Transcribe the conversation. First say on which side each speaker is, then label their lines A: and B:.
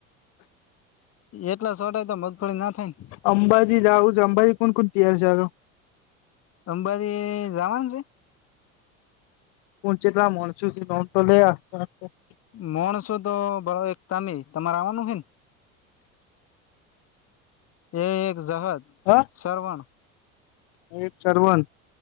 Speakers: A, on the left; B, on the left.
A: એટલા સોટાય તો મગફળી ના થાય ન.
B: અંબાજી જાઉં તો અંબાજી કુણ-કુણ તિયાર ચાલો.
A: અંબાજી જાવાનું છે.
B: <unintelligible>
A: મોણસો તો બરો એક તમે તમારે આવાનું હે ન. એક જહર.
B: હ.
A: શ્રવણ.
B: એક શ્રવણ.